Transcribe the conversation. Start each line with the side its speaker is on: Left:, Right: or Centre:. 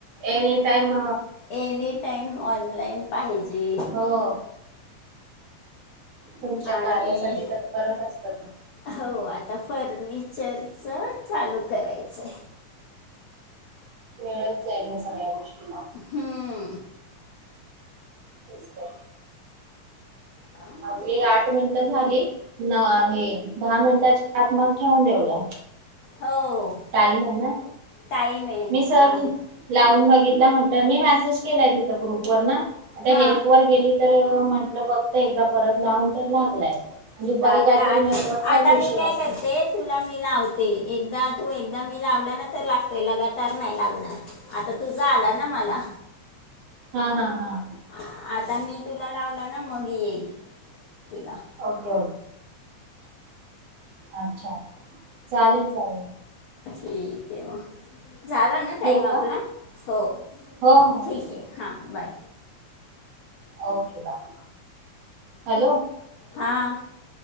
Right: any time
Left: any time online पाहिजे
Right: हो तुमच्या कार्यासाठी
Left: आणि
Right: तत्परच असत ते
Left: हो आता फर्निचर च चालू करायचं
Right: कळत जाईल ह्या सगळ्या गोष्टी
Left: हम्म
Right: तेच तर
Left: थांब
Right: आपली
Left: बघूयात
Right: आठ मिनटं झाली न आहे दहा मिनटांच्या आत मग ठेवून देऊया
Left: हो
Right: टाईम आहे ना
Left: टाईम आहे
Right: मी सहज
Left: दहा मिनिट
Right: लावून बघ म्हटलं मी मेसेज केलाय ग्रुप वर ना आ
Left: हां
Right: हेल्प वर गेली तर म्हंटलं बघत एकदा परत लावून तर लागलाय दुपारी
Left: लागला
Right: काहीतरी
Left: आ
Right: नेटवर्कचाच
Left: आता
Right: इश्यू
Left: मी काय
Right: असेल
Left: करते तुला मी लावते एकदा तू एकदा मी लावला ना तर लागतोय लगातार नाही लागणार आता तुझा आला ना मला
Right: हा, हा, हा
Left: आ- आता मी तुला लावला मग येईल तुला
Right: ओके अच्छा चालेल, चालेल
Left: ठीक आहे म झाला ना टाईम
Right: ठेवू का
Left: आपला हो
Right: हो हो
Left: ठीक आहे हां बाय
Right: ओके बाय हॅलो
Left: हां